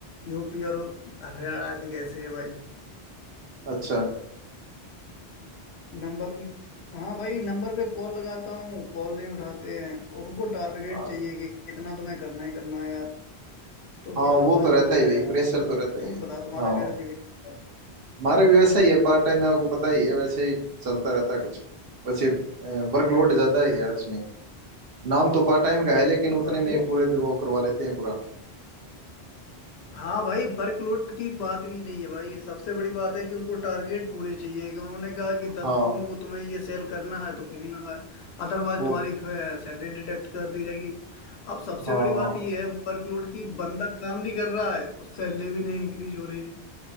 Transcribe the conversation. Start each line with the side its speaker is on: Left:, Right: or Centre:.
Left: यूपी और हरियाणा के कैसे हैं भाई
Right: अच्छा
Left: नंबर पे हाँ भाई नंबर पे कॉल लगाता हूँ कॉल नहीं उठाते हैं और उनको टारगेट
Right: हाँ
Left: चाहिए कि इतना तुम्हें करना ही करना है यार तो
Right: हाँ,
Left: बड़ा
Right: वो
Left: वर्कलोड
Right: तो रहता ही भाई
Left: है यार
Right: प्रेशर तो रहता
Left: तुम
Right: ही है
Left: बताओ तुम्हारा
Right: हाँ
Left: कैसा जीवन चलता है?
Right: हमारे भी वैसा ही है पार्ट
Left: हम्म,
Right: टाइम में
Left: हम्म,
Right: आपको पता ही है वैसे
Left: भाई
Right: ही चलता रहता है कुछ वैसे वर्कलोड ज्यादा ही है यार उसमें नाम तो पार्ट टाइम का है लेकिन उतने
Left: वर्कलोड
Right: में ही पूरे दिन वो करवा लेते हैं पूरा
Left: हाँ भाई वर्कलोड की बात भी नहीं है भाई सबसे बड़ी बात है कि उनको टारगेट पूरे चाहिए कि उन्होंने कहा कि दस
Right: हाँ
Left: लोगों को तुम्हें ये सेल करना है तो करना है अदरवाइज
Right: वो
Left: तुम्हारी सैलरी डिडक्ट कर दी जाएगी अब सबसे
Right: हाँ
Left: बड़ी
Right: हाँ
Left: बात ये है वर्कलोड की बंदा काम भी कर रहा है और सैलरी भी नहीं इंक्रीज हो रही है